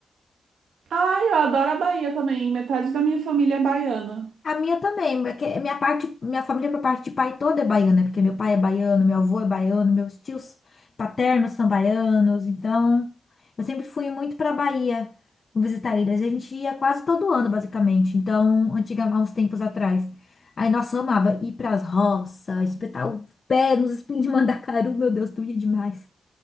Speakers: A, on the right; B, on the left.
A: Ai, eu adoro a Bahia também. Metade da minha família é baiana.
B: A minha também, porque minha parte, minha família por parte de pai toda é baiana, né? porque meu pai é baiano, meu avô é baiano, meus tios paternos são baianos, então eu sempre fui muito pra Bahia visitar eles. A gente ia quase todo ano, basicamente. Então, antiga, há uns tempos atrás. Aí, nossa, eu amava ir pras roças, espetar o pé nos espinhos de mandacaru, meu Deus, doía demais.